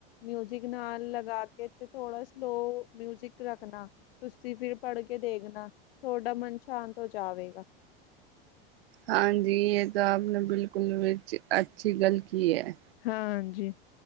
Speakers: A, on the left (about 70°); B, on the right (about 75°).
A: ਮਿਊਜਿਕ ਨਾਲ ਲਗਾ ਕੇ ਤੇ ਥੋੜਾ ਸਲੋ ਮਿਊਜਿਕ ਰੱਖਣਾ। ਤੁਸੀਂ ਫਿਰ ਪੜ੍ਹ ਕੇ ਦੇਖਨਾ ਤੋਡਾ ਮਨ ਸ਼ਾਂਤ ਹੋ ਜਾਵੇਗਾ।
B: ਹਾਂਜੀ, ਏ ਤਾਂ ਆਪ ਨੇ ਬਿਲਕੁੱਲ ਵਿੱਚ ਅੱਛੀ ਗੱਲ ਕੀ ਐ।
A: ਹਾਂਜੀ।